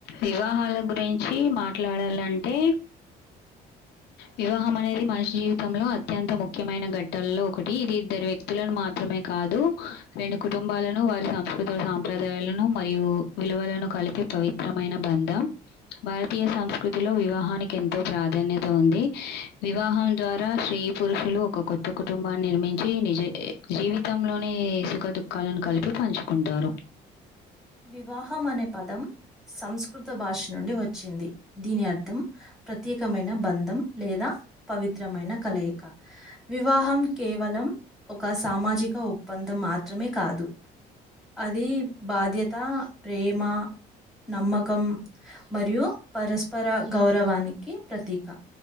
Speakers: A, on the left; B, in the centre.
A: వివాహాల గురించి మాట్లాడాలంటే వివాహం అనేది మనిషి జీవితంలో అత్యంత ముఖ్యమైన ఘట్టాల్లో ఒకటి ఇది ఇద్దరు వ్యక్తులను మాత్రమే కాదు రెండు కుటుంబాలను వారి సంస్కృత సాంప్రదాయాలను మరియు విలువలను కలిపే పవిత్రమైన బంధం భారతీయ సంస్కృతిలో వివాహానికి ఎంతో ప్రాధా ధాన్యత ఉంది వివాహం ద్వారా స్త్రీ, పురుషులు ఒక కొత్త కుటుంబాన్ని నిర్మించి నిజ జీవితంలోనే సుఖ దుఃఖాలను కలిపి పంచుకుంటారు
B: వివాహం అనే పదం సంస్కృత భాష నుండి వచ్చింది దీని అర్థం ప్రత్యేకమైన బంధం లేదా పవిత్రమైన కలయిక వివాహం కేవలం ఒక సామాజిక ఒప్పందం మాత్రమే కాదు అది బాధ్యత ప్రేమ నమ్మకం మరియు పరస్పర గౌరవానికి ప్రతీక